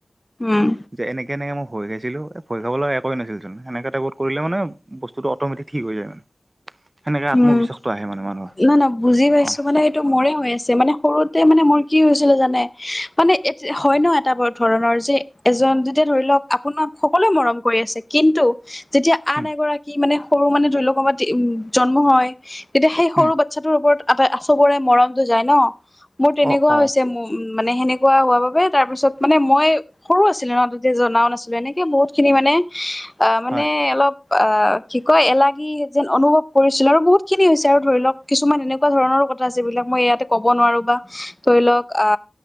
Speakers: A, on the left; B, on the right.
A: উম
B: যে এনেকে এনেকে মই ভয় খাইছিলো, ভয় খাবলৈ একোৱে নাছিলেচোন এনেকে টাইত কৰিলে মানে বস্তুটো অটমেটিক ঠিক হৈ যায় মানে। সেনেকে আত্মবিশ্বাসটো
A: উম
B: আহে মানে মানুহৰ
A: নাই নহ বুজি পাইছো
B: অ
A: মানে মোৰে হৈ আছে, মানে সৰুতে মানে মোৰ কি হৈছিলে জানে মানে এ হয় ন এটা ব ধৰণৰ যে এজন যেতিয়া ধৰি লওক আপোনাক সকলোৱে মৰম কৰি আছে, কিন্তু যেতিয়া
B: উম
A: আন এগৰাকী মানে সৰু মানে ধৰিল <unintelligible> জন্ম হয় তেতিয়া সেই সৰু
B: উম
A: বাচ্ছাটোৰ ওপৰত এটা আচবৰে মৰমটো যায় ন মোৰ তেনেকুৱা
B: অ অ
A: হৈছে উম মানে সেনেকুৱা হোৱা বাবে তাৰ পিছত মানে মই সৰু আছিলে ন তেতিয়া জনাও নাছিলো, এনেকে বহুত খিনি মানে অ মানে
B: হয়
A: অলপ অ কি কয় এলাগী যেন অনুভৱ কৰিছিলো আৰু বহুতখিনি হৈছে আৰু ধৰি লওক কিছুমান এনেকুৱা ধৰণৰো কথা আছে যিবিলাক মই ইয়াতে ক'ব নোৱাৰো বা ধৰি লওক আ,